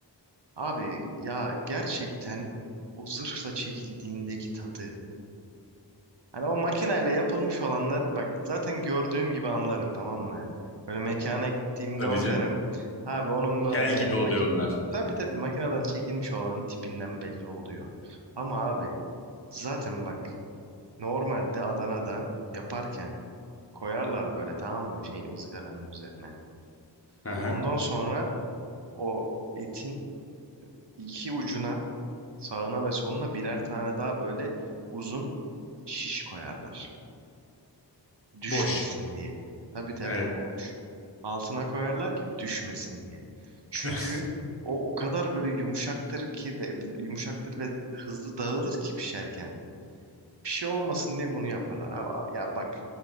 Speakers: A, on the right (about 70°); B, on the left (about 30°).
A: Abi ya gerçekten o zırhla çekildiğindeki tadı. Hani o makineyle yapılmış olanlar bak zaten gördüğüm gibi anlarım tamam mı? Böyle mekana gittiğimde
B: <laughs> tabii
A: bakarım.
B: canım
A: Abi onun
B: jel
A: böyle
B: gibi
A: maki
B: oluyor onlar
A: tabii tabii makineden çekilmiş olanın tipinden belli oluyor. Ama abi zaten bak normalde Adana'da yaparken koyarlar böyle tamam mı şey ızgaranın üzerine.
B: Aha.
A: Ondan sonra o etin iki ucuna Sağına ve soluna birer tane daha böyle uzun şiş koyarlar. Düşmesin
B: boş
A: diye. Tabii tabii
B: evet
A: boş. Altına koyarlar ki düşmesin diye. Çünkü
B: <laughs>
A: o o kadar böyle yumuşaktır ki ve yumuşaktır ve hızlı dağılır ki pişerken. Bir şey olmasın diye bunu yaparlar. Abi, abi ya bak